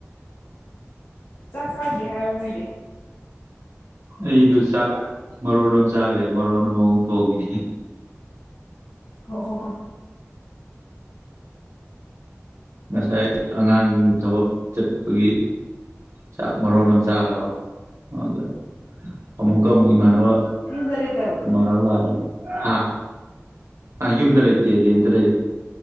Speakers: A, on the left; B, on the right.
A: ꯆꯥꯛ ꯆꯥꯗ꯭ꯔꯤ ꯍꯥꯏꯔꯣ ꯅꯣꯏꯗꯤ
B: ꯑꯩꯗꯨ ꯆꯥꯛ ꯃꯔꯣꯟ ꯑꯃ ꯆꯥꯈ꯭ꯔꯦ ꯃꯔꯣꯟ ꯑꯃꯃꯑꯣꯛ ꯊꯣꯡꯉꯦ
A: ꯍ ꯍꯣ ꯍꯣ
B: ꯉꯁꯥꯏ ꯑꯉꯥꯡ ꯊꯕꯛ ꯆꯠꯄꯒꯤ ꯆꯥꯛ ꯃꯔꯣꯟ ꯑꯃ ꯆꯥꯈ꯭ꯔꯕ ꯑꯗꯨꯗ ꯑꯃꯨꯛꯀ ꯑꯃꯨꯛ ꯏꯃꯥꯟꯅꯕ
A: ꯗ ꯂꯩ ꯇꯕ꯭ꯔꯣ
B: ꯏꯃꯥꯟꯅꯕ ꯂꯥꯛꯑꯦ ꯍꯥ ꯑ ꯌꯨꯝꯗ ꯂꯩ ꯂꯩꯇꯦꯜꯂꯤ ꯂꯩ